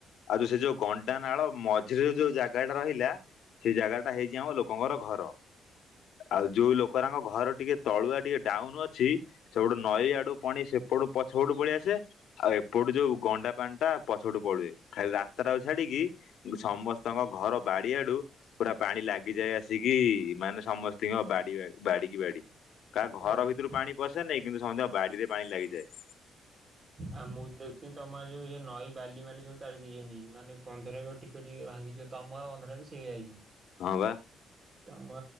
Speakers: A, on the left; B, on the right.
A: ଆଉ ଯୋଉ ସେ ଯୋଉ ଗଣ୍ଡା ନାଳ ମଝିରେ ଯୋଉ ଜାଗାଟା ରହିଲା ସେଇ ଜାଗାଟା ହେଇଚି ଆମ ଲୋକଙ୍କର ଘର। ଆଉ ଯୋଉ ଲୋକ ରାଙ୍କ ଘର ଟିକେ ତଳୁଆ ଟିକେ ଡାଉନ ଅଛି ସେପଟୁ ନଈ ଆଡୁ ପାଣି ସେପଟୁ ପଛ ପଟୁ ପଳେଇଆସେ ଆଉ ଏପଟୁ ଯୋଉ ଗଣ୍ଡା ପାଣିଟା ପଛପଟୁ ପଳୁଏ ଖାଲି ରାସ୍ତାଟାକୁ ଛାଡିକି ସମସ୍ତଙ୍କ ଘର ବାଡିଆଡୁ ପୁରା ପାଣି ଲାଗିଯାଏ ଆସିକି ମାନେ ସମସ୍ତିଙ୍କ ବାଡି ବା ବାଡିକି ବାଡି କାହା ଘର
B: ଓହୋ।
A: ଭିତରୁ ପାଣି ପଶେନେହିଁ କିନ୍ତୁ ସମସ୍ତିଙ୍କ ବାଡିରେ ପାଣି ଲାଗିଯାଏ।
B: ଆଉ ମୁଁ ଦେଖଥିନି ତମର ଏଇ ଯୋଉ ଯୋଉ ନଈ ବାଲି ମାଲି ସବୁ ତାଡି ଦେଇଚନ୍ତି ମାନେ ପନ୍ଦର କେତୋଟି ଭାଙ୍ଗିଯିବ ତମ ଘର ବି ସେଇଆ ହେଇଚି।
A: ହଁ ପା।
B: ତମ